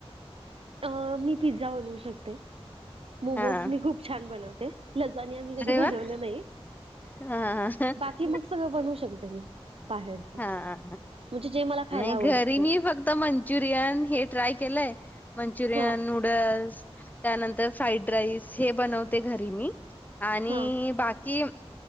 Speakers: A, on the right (about 65°); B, on the left (about 15°).
A: अ मी पिझ्झा बनवू शकते. मोमोज
B: हां.
A: मी खूप छान बनवते, लजानीया मी कधी
B: अरे वाह!
A: बनवलं नाही.
B: <unintelligible>
A: कि मग सगळं बनवू शकते मी. बाहेरच
B: हा
A: म्हणजे जे मला खायला
B: नाही
A: आवडतं
B: घरी
A: ते
B: म फक्त मण च्युरिन हे ट्राय केलंय, मंचुरियन,
A: हा
B: नुड नूडल्स त्यानंतर फ्राईड राईस, हे बनवते घरी मी आणि
A: हा
B: बाक कि,